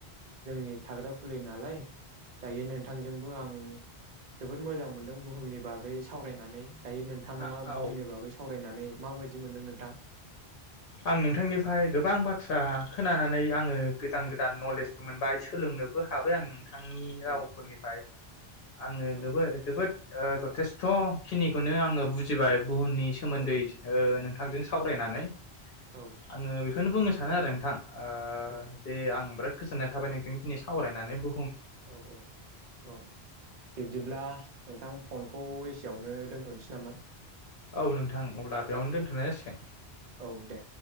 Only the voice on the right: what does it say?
जोंनि थाग्रा खुलि नालाय दायो नोंथांजोंबो आं जोबोद मोजां मोनदों बुहुमनि बागै सावरायनानै। जायो नोंथाङा
बुहुमनि
बागै सावराय वरायनानै माबायदि मोन्दों नोंथां?
औ
औ
औ
औ
ओं
औ औ औ बिब्दिब्ला नोंथां फनखौ एसेयावनो दोनथ'नोसै नामा?
औ दे।